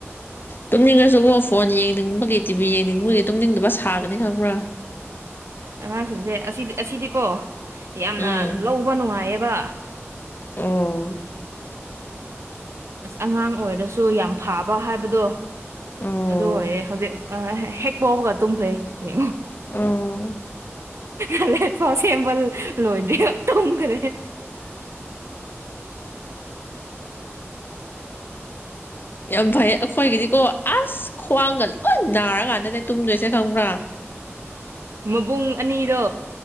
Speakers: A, on the left; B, on the right.
A: ꯇꯨꯝꯅꯤꯡꯉꯁꯨꯀꯣ ꯐꯣꯟ ꯌꯦꯡꯅꯤꯡꯕꯒꯤ ꯇꯤꯚꯤ ꯌꯦꯡꯅꯤꯡꯕꯒꯤ ꯇꯨꯝꯅꯤꯡꯗꯕ ꯁꯥꯒꯅꯤ ꯈꯪꯕ꯭ꯔꯥ
B: ꯑꯉꯥꯡꯁꯤꯡꯁꯦ ꯑꯁꯤꯗꯤ ꯑꯁꯤꯗꯤꯀꯣ ꯌꯥꯝꯅ
A: ꯎꯝ
B: ꯂꯧꯕ ꯅꯨꯡꯉꯥꯏꯌꯦꯕ
A: ꯑꯣ
B: ꯑꯁ ꯑꯉꯥꯡ ꯑꯣꯏꯔꯁꯨ ꯌꯥꯝ ꯐꯥꯕ ꯍꯥꯏꯕꯗꯣ
A: ꯑꯣ
B: ꯑꯗꯨ ꯑꯣꯏꯑꯦ ꯍꯧꯖꯤꯛ ꯍꯦꯛ ꯄꯣꯕꯒ ꯇꯨꯝꯈ꯭ꯔꯦ ꯌꯦꯡꯉꯣ
A: ꯑꯣ
B: ꯅꯂꯦꯠ ꯐꯥꯎ ꯁꯦꯝꯕ ꯂꯣꯏꯗꯦ ꯑ ꯇꯨꯝ ꯈ꯭ꯔꯦ
A: ꯌꯥꯝ ꯐꯩ ꯑꯈꯣꯏꯒꯤꯗꯤꯀꯣ ꯑꯁ ꯈ꯭ꯋꯥꯡꯒ ꯂꯣꯏ ꯅꯥꯔꯀꯥꯟꯗꯅꯦ ꯇꯨꯝꯗꯣꯏꯁꯦ ꯈꯪꯕ꯭ꯔꯥ
B: ꯃꯕꯨꯡ ꯑꯅꯤꯗꯣ